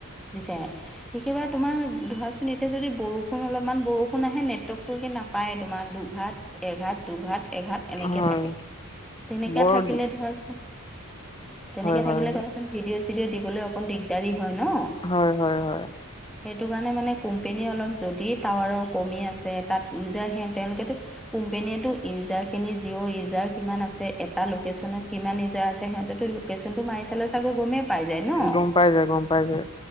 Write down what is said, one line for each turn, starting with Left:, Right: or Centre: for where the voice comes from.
Centre: বিচাৰে একেবাৰে তোমাৰ ধৰাচোন এতিয়া যদি বৰষুণ অলপমান বৰষুণ আহে নেটৱৰ্কটো। নাপায় তোমাৰ দুঘাট এঘাট দুঘাট। এঘাত এনেকৈ
Left: হয়
Centre: থাকে তেনেকৈ
Left: বৰ
Centre: থাকিলে
Left: দি
Centre: ধৰাচোন। তেনেকৈ
Left: হয় হয়
Centre: থাকিলে তৰাচোন ভিডিঅ' চিডিঅ' দিবলৈ অকণ দিগদাৰী হয় ন।
Left: হয় হয় হয়
Centre: সেইটো কাৰণে মানে কোম্পনী অলপ যদি টাৱাৰৰ কমি আছে। তাত ইউজাৰ সে তেওঁলোকেতো কোম্পেনীয়েতো ইউজাৰখিনি জিঅ' ইউজাৰ কিমান আছে। এটা লোকেশ্যনত কিমান ইউজাৰ আছে সিহঁতেতো লোকেশচনটো মাৰি চালে চাগৈ গমেই। পাই যায় ন
Left: গম পাই যায় গম পাই যায়।